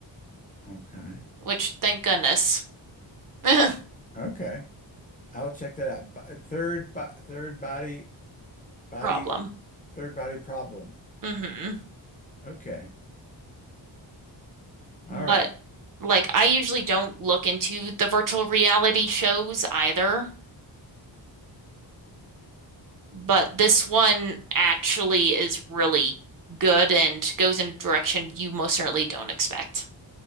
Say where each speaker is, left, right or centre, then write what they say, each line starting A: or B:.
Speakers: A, on the left; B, on the right.
A: Okay.
B: which thank goodness. <laughs>
A: Okay. I'll check that out. Bo- Third, bo third body, body,
B: Problem.
A: third body problem.
B: hmm
A: Okay. All
B: But
A: right.
B: like I usually don't look into the virtual reality shows either, but this one actually is really good and goes in a direction you most certainly don't expect.